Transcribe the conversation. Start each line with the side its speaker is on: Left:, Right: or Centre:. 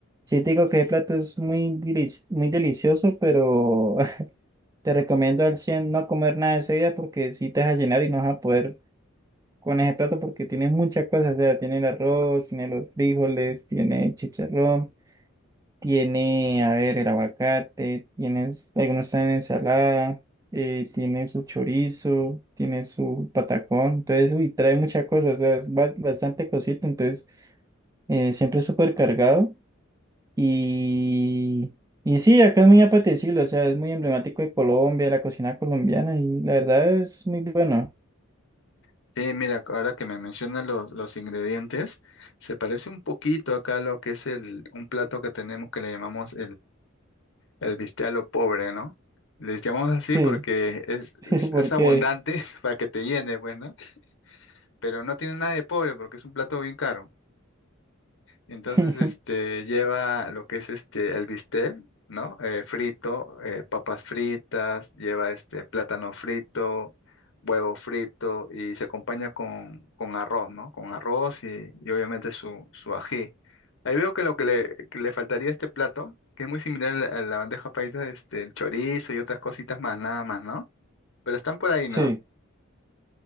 Right: sí te digo que el plato es muy, delici- muy delicioso, pero... <laughs> Te recomiendo al 100 no comer nada de seguida porque si te vas a llenar y no vas a poder con ese plato porque tienes muchas cosas. O sea, tiene el arroz, tiene los frijoles, tiene el chicharrón, tiene, a ver, el aguacate, tienes, algunos están en ensalada, eh, tiene su chorizo, tiene su patacón. Entonces, uy, trae muchas cosas. O sea, es ba- bastante cosita. Entonces, eh, siempre súper cargado. Y, y sí, acá es muy apetecible, o sea, es muy emblemático de Colombia, la cocina colombiana, y la verdad es muy bueno.
Left: Sí, mira, ahora que me mencionas los, los ingredientes, se parece un poquito acá a lo que es el, un plato que tenemos que le llamamos El bistec a lo pobre, ¿no? Les llamamos así
Right: Sí,
Left: porque es,
Right: <laughs>
Left: es,
Right: porque,
Left: es abundante <laughs> para que te llene, pues, ¿no? Pero no tiene nada de pobre porque es un plato bien caro. Entonces,
Right: <laughs>
Left: este, lleva lo que es este, el bistec, ¿no? Eh, frito, eh, papas fritas, lleva este, plátano frito, huevo frito y se acompaña con, con arroz, ¿no? Con arroz y, y obviamente su, su ají. Ahí veo que lo que le, que le faltaría a este plato, que es muy similar a la a la bandeja paisa, este, el chorizo y otras cositas más, nada más, ¿no? Pero están por ahí,
Right: sí,
Left: ¿no?